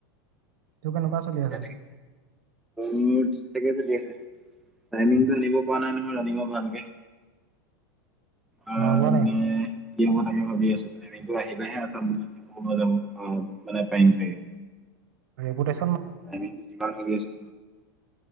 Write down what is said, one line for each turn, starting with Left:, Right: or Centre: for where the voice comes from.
Right: তোৰ কেনেকুৱা চলি
Centre: তিকাদালি
Right: আছে
Centre: মোৰ ঠিকে চলি আছে টাইমিং টো। লিব পৰা নাই নহয় ৰন্নিংৰ ভালকে। আহ
Right: নভোৱা
Centre: মানে
Right: নাই।
Centre: কি হব তাকে ভাবি আছো কিন্তু আহিলোহে আছাম বুলিদি মই মই যাম অ মানে পাৰিম চাগে।
Right: আৰু এইবোৰ দাইছ।
Centre: ত যিমান ভাবি আছোই।